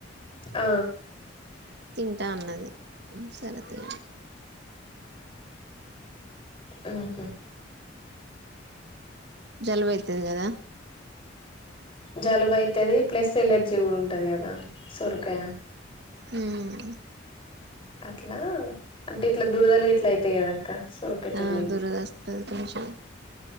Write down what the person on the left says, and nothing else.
ఆ
ఆహా
జలుబు అయితది ప్లస్ ఎలర్జీ కూడా ఉంటది కదా సొరకాయ
అట్లా అంటే ఇట్లా దురదలుగా ఇట్లా అయితయి కదా సోరకాయ తోటి
తిను